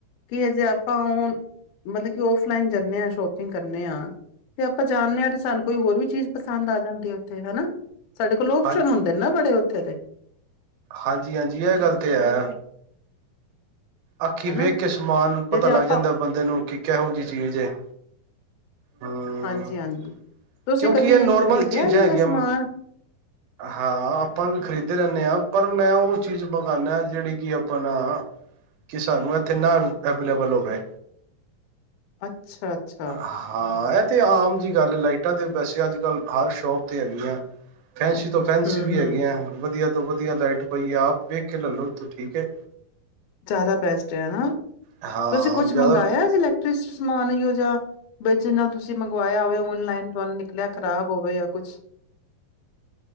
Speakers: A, on the left; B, on the right.
A: ਕਿ ਅਜੇ ਆਪਾਂ ਉਹ ਮਤਲਬ ਕਿ ਫਲਾਈਨ ਜਾਂਦੇ ਹਾਂ ਸ਼ੋਪਿੰਗ ਕਰਨੇ ਹਾਂ ਤੇ ਆਪਾਂ ਜਾਦੇ ਹਾਂ ਤੇ ਸਾਨੂੰ ਕੋਈ ਹੋਰ ਵੀ ਚੀਜ਼ ਪਸੰਦ ਆ ਜਾਂਦੀ ਉੱਥੇ ਹਨਾ ਸਾਡੇ ਕੋਲ ਓਪਸ਼ਨ
B: ਹਾਂ
A: ਹੁੰਦੇ ਨੇ ਨਾ ਬੜੇ ਉੱਥੇ ਦੇ
B: ਹਾਂਜੀ ਹਾਂਜੀ ਇਹ ਗੱਲ ਤੇ ਹੈ ਅੱਖੀ
A: ਹਨਾ
B: ਵੇਖ ਕੇ ਸਮਾਨ ਪਤਾ
A: ਤੇ ਜੇ
B: ਲੱਗ
A: ਆਪਾਂ
B: ਜਾਂਦਾ ਬੰਦੇ ਨੂੰ ਕਿ ਕਿਹੋ ਜਿਹੀ ਚੀਜ਼ ਹੈ ਹਮ
A: ਹਾਂਜੀ ਹਾਂਜੀ ਤੁਸੀਂ
B: ਕਿਉਂਕਿ
A: ਕਦੀ
B: ਇਹ ਨੋਰਮਲ
A: ਖਰੀਦਿਆ
B: ਚੀਜ਼ਾਂ
A: ਇਹੋ
B: ਹੈਗੀਆਂ
A: ਜਿਹਾ ਸਮਾਨ
B: ਹਾਂ ਆਪਾਂ ਵੀ ਖ਼ਰੀਦੇ ਰਹਿੰਦੇ ਹਾਂ ਪਰ ਮੈਂ ਉਹ ਚੀਜ਼ ਵਿਗਾਉਦਾ ਜਿਹੜੀ ਕਿ ਆਪਣਾ ਕਿ ਸਾਨੂੰ ਇੱਥੇ ਨਾ ਅਵੇਲੇਬਲ ਹੋ ਗਏ
A: ਅੱਛਾ ਅੱਛਾ
B: ਹਾਂ ਇਹ ਤੇ ਆਮ ਜਿਹੀ ਗੱਲ ਲਾਈਟਾਂ ਤੇ ਵੈਸੇ ਅੱਜ ਕੱਲ ਹਰ ਸ਼ੋਪ ਤੇ ਹੈਗੀੀਆਂ ਫੈਸੀ ਤੋਂ ਫੈਸੀ
A: ਹੂੰ-ਹੂੰ,
B: ਵੀ ਹੈਗੀੀਆਂ ਵਧੀਆ ਵਧੀਆ ਲਾਈਟ ਪਾਈ ਆ ਆਪ ਵੇਖ ਕੇ ਲੈਲੋ ਇਥੋਂ ਠੀਕ ਹੈ
A: ਜ਼ਿਆਦਾ ਬੈਸਟ ਆ ਨਾ
B: ਹਾਂ
A: ਤੁਸੀਂ ਕੁਛ
B: ਜ਼ਿਆਦਾ
A: ਮੰਗਵਾਇਆ ਜ ਇਲੈਕਟ੍ਰ ਸਮਾਨ ੋ ਜਿਹਾ ਬ ਜਿਨਾ ਤੁਸੀਂ ਮੰਗਵਾਆ ਹੋਵੇ ਓਨਲਾਈਨ ਤੁਾਨ ਨਿਕਲਿਆ ਖਰਾਬ ਹੋਵੇ ਯ ਕੁਛ